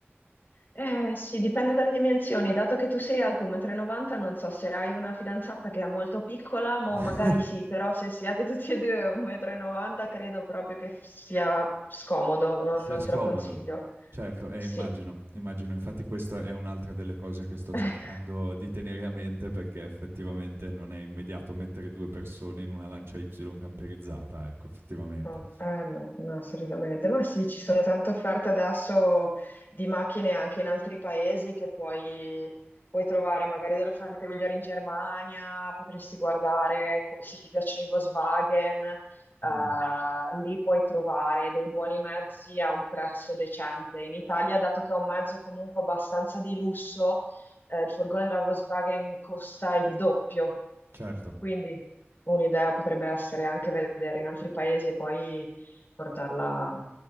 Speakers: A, on the left; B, on the right.
A: Eh, sì, dipende dalle dimensioni. Dato che tu sei alto 1,90 m, non so se hai una fidanzata che è molto piccola, ma
B: <laughs>
A: magari sì, però se siete tutti e due 1,90 m, credo proprio che f- sia scomodo, non,
B: Se
A: non
B: è scomodo.
A: te lo consiglio.
B: Certo, eh,
A: Sì.
B: immagino, immagino. Infatti questa è un'altra delle cose che sto
A: <laughs>
B: cercando di tenere a mente perché effettivamente non è immediato mettere 2 persone in una lancia Y camperizzata, ecco, effettivamente.
A: Oh, Eh no, no, assolutamente. Ma sì, ci sono tante offerte adesso di macchine anche in altri paesi che puoi, puoi trovare magari delle offerte migliori in Germania, potresti guardare qu- se ti piacciono i Volkswagen, eh,
B: Mh,
A: lì puoi trovare dei buoni mezzi a un prezzo decente. In Italia, dato che è un mezzo comunque abbastanza di lusso, eh, il furgone della Volkswagen costa il doppio.
B: certo.
A: Quindi un'idea potrebbe essere anche vedere in altri paesi e poi portarla